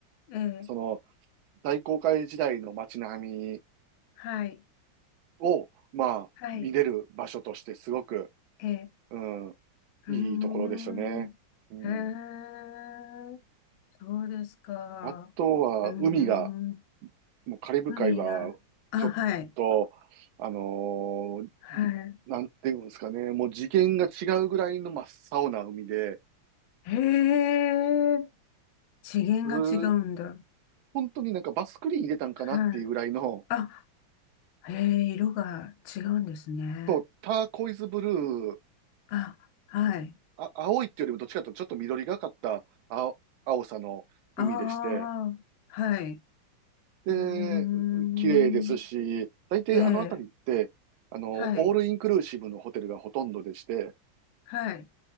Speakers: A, on the left; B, on the right.
A: ええ、
B: その、大航海時代の街並み
A: はい、
B: を、まあ、
A: はい、
B: 見れる場所としてすごく、
A: ええ、
B: うん、いいところでしたね。
A: うーん、
B: うん。
A: へえ、そうですか。
B: あとは、
A: うーん、
B: 海が、もうカリブ海は、
A: 海が、あ、
B: ちょっと、
A: はい、
B: あのー
A: は
B: なんていうんですかね、もう次元が違うぐらいの真っ青な海で、
A: い。へえ、次元が違うんだ。
B: うー本当になんかバスクリーン入れたんかなっていうぐらいの、
A: はい。あ、へえ、色が違うんですね。
B: そうターコイズブルー、
A: あ、はい。
B: あ、青いっていうよりもどっちかというとちょっと緑がかった青、青さの海でして、
A: ああ、はい。
B: で、
A: うーん。
B: 綺麗ですし、大体あの辺りって、
A: ええ、
B: あの、
A: はい、
B: オールインクルーシブのホテルがほとんどでして、
A: はい、